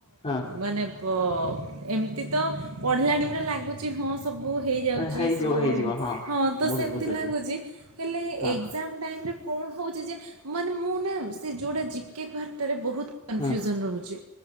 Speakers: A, on the left (about 30°); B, on the right (about 75°).
A: ହଁ।
B: ମାନେ ଓ ଏମିତି ତ ପଢ଼ିଲାଣି ପ ଲାଗୁଛି ହଁ। ସବୁ ହେଇଯାଉଚି
A: ହେଇଯିବ
B: ସବୁ,
A: ହେଇଯିବ
B: ହଁ ତ
A: ବୁଝୁଛି
B: ସେମିତି
A: ବୁଝୁଛି
B: ଲାଗୁଚି ହେଲେ
A: ହଁ
B: ଏକ୍ସଜାମ୍ ଟାଇମ୍ ରେ କଣ ହୋଉଚି ଯେ, ମାନେ ମୁଁ ନାମ୍ ସେ ଯୋଉଟା ଜି ଜିକେ ପାର୍ଟରେ ବୋହୁତ୍ କନଫ୍ୟୁଜନ୍
A: ହୁଁ।
B: ରୋହୁଛି,